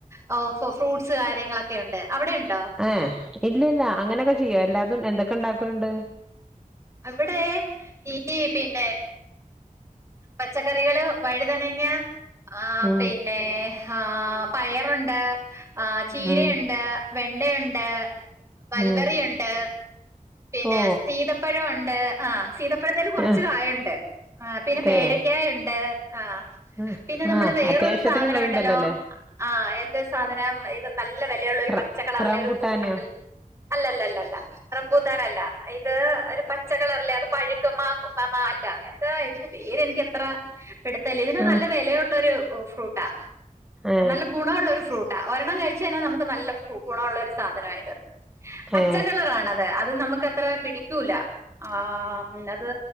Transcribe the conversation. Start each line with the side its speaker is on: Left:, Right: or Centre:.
Right: <unintelligible> ഫ്രൂട്ട്സ് കാര്യങ്ങളൊക്കെ ഉണ്ട്. അവിടെ ഉണ്ടോ?
Centre: ഏഹ് ഇല്ല ഇല്ല.? അങ്ങനെയൊക്കെ ചെയ്യോ? എല്ലാതും എന്തൊക്കെ ഉണ്ടാക്കണുണ്ട്?
Right: അവിടെ ഈ പിന്നെ പച്ചക്കറികള്, വഴുതനങ്ങ ആഹ്
Centre: ഉം
Right: പിന്നെ ഹാ പയറൊണ്ട്. ആഹ് ചീരയൊണ്ട്
Centre: ഉം
Right: വെണ്ടയൊണ്ട്. മൾബറിയൊണ്ട്.
Centre: ഉം
Right: പിന്നെ
Centre: ഓ
Right: സീതപ്പഴം ഒണ്ട്. ആഹ് സീതപ്പഴത്തേല് കൊറച്ച്
Centre: ആ
Right: കായൊണ്ട്. ആഹ് പിന്നെ
Centre: അതെ
Right: പേരക്കായൊണ്ട്. ആഹ്
Centre: ആ
Right: പിന്നെ നമ്മള്
Centre: ആ
Right: വേറൊരു
Centre: അത്യാവശ്യത്തിനുള്ളതുണ്ടല്ലോ
Right: സാധനം ഒണ്ടല്ലോ?
Centre: അല്ലേ
Right: ആഹ് എന്ത് സാധനം ഇത് നല്ല വെലയൊള്ള ഒരു
Centre: റ
Right: പച്ച കളറിലെ
Centre: റംബുട്ടാനോ
Right: ഒരു ഫ്രൂട്ട് ഒണ്ടല്ലോ? അല്ലല്ല അല്ലല്ല റംബൂ ട്ടനല്ല. ഇത് ഒരു പച്ച കളറില്ലേ അത് പഴു <unintelligible> അല്ല എന്താ ഇതിന്റെ പേര് എനിക്കത്ര പിടത്തയില്ല. ഇതിന്
Centre: ആ
Right: നല്ല വെലയുള്ള ഒരു ഫ്രൂട്ടാ.
Centre: ആ
Right: നല്ല ഗുണ ഉുള്ള ഒരു ഫ്രൂട് ടാ. ഒരെണ്ണം കഴിച്ചാന്നെ നമുക്ക് നല്ല <unintelligible> ഒള്ള ഒരു സാധനായിത്. പച്ചക്കളറാണത്.
Centre: ഏ
Right: ഇതു നമ്മക്കത്ര പിടിക്കുല. ആഹ് അത്